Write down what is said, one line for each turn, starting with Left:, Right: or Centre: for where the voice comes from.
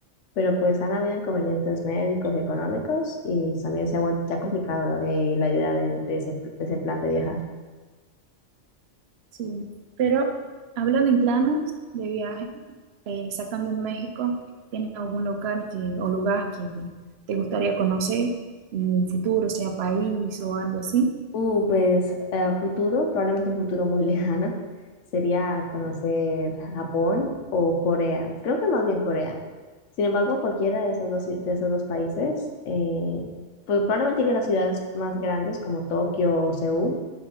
Left: pero pues han habido inconvenientes médicos y económicos y también se ha vuelto ya complicado la, eh, la idea de, de ese, de ese plan de viajar.
Right: Sí. Pero hablando en planes de viaje, eh, sacando en México, tiene algún local que, o lugar que te gustaría conocer en un futuro, sea país o algo así?
Left: Uh, pues a futuro, probablemente un futuro muy <laughs> lejano, sería conocer Japón o Corea. Creo que más bien Corea. Sin embargo, cualquiera de esos dos, ci- de esos dos países, eh, pues probablemente iría a las ciudades más grandes como Tokio o Seúl,